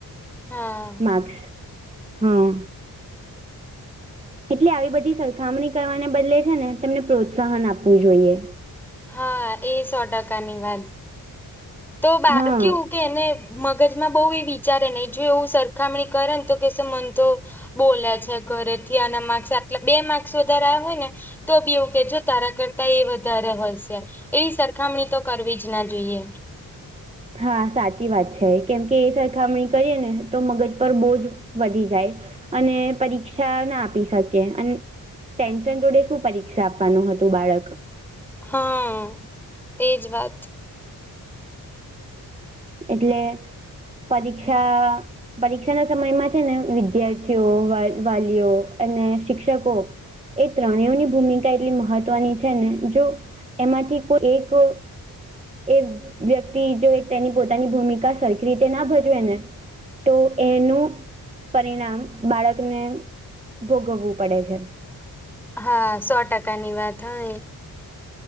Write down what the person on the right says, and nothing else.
માસ્સ, હા. એટલે આવી બધી સરખામણી કરવાને બદલે છે ને તમને પ્રોત્સાહન આપવું જોઈએ.
હા
હા સાચી વાત છે કેમ કે એ સરખામણી કરીએ ને તો મગજ પર બહુ જ વધી જાય, અને પરીક્ષા ના આપી શકે. અને ટેન્શન જોડે શું પરીક્ષા આપવાનું હતું બાળક.
એટલે, પરીક્ષા પરીક્ષા ના સમયમાં છે ને વિદ્યાર્થીઓ વાલીઓ અને શિક્ષકો. એ ત્રણેની ભૂમિકા એટલી મહત્વની છે ને જો, એમાંથી કોઈ એક એ વ્યક્તિ જો તેની પોતાની ભૂમિકા સરખી રીતે ના ભજવે ને. તો એનું પરિણામ બાળકને ભોગવવું પડે છે.